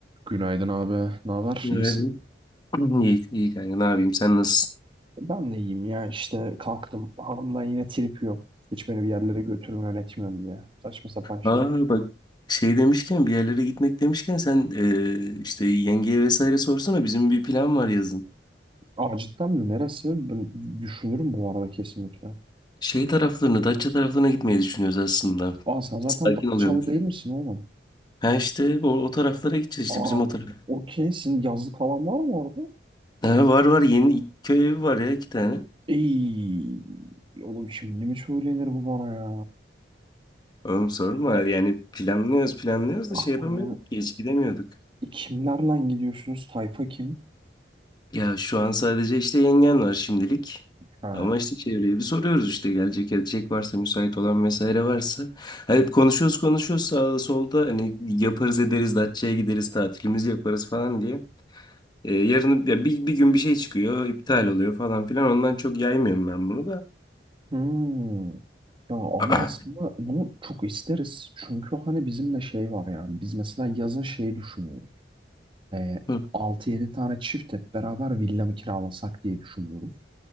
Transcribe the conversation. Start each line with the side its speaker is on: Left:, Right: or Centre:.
Right: Günaydın abi. Ne haber?
Left: Günaydın.
Right: İyisin.
Left: İyi, iyi kanka ne yapayım sen nasılsın?
Right: Ben de iyiyim ya işte kalktım. Hanımdan yine trip yiyorum. Hiç beni bir yerlere götürmüyor etmiyorum diye. Saçma sapan şey.
Left: Aa bak şey demişken bir yerlere gitmek demişken sen eee, işte yengeye vesaire sorsana bizim bir plan var yazın.
Right: Aa cidden mi? Neresi? Ben düşünürüm bu arada kesinlikle.
Left: Şey taraflarına Datça taraflarına gitmeyi düşünüyoruz aslında.
Right: Aa sen zaten
Left: Sakin
Right: Datçalı
Left: oluyormuş.
Right: değil misin oğlum?
Left: Ha işte o, o taraflara gideceğiz işte
Right: Aa
Left: bizim o taraf.
Right: okey. Senin yazlık falan var mı orada?
Left: Ha, var var yeni iki köy evi var ya iki tane.
Right: Ey oğlum şimdi mi söylenir bu bana ya?
Left: Oğlum sorma yani planlıyoruz planlıyoruz
Right: Ah,
Left: da şey yapamıyorduk
Right: ya.
Left: ki hiç gidemiyorduk.
Right: E, kimlerle gidiyorsunuz? Tayfa kim?
Left: Ya şu an sadece işte yengen var şimdilik.
Right: Ha,
Left: Ama işte çevreye bir soruyoruz işte gelecek edecek varsa müsait olan vesaire varsa. Ha, Hep konuşuyoruz konuşuyoruz sağda solda hani yaparız ederiz Datça'ya gideriz tatilimizi yaparız falan diye. Ee, yarın ya bir, bir gün bir şey çıkıyor iptal oluyor falan filan ondan çok yaymıyorum ben bunu da.
Right: Hmm. Ya abi
Left: <clears throat>
Right: aslında bunu çok isteriz. Çünkü hani bizimle şey var yani. Biz mesela yazın şey düşünüyoruz. Ee,
Left: Hı,
Right: 6-7 tane çift hep beraber villa mı kiralasak diye düşünüyoruz.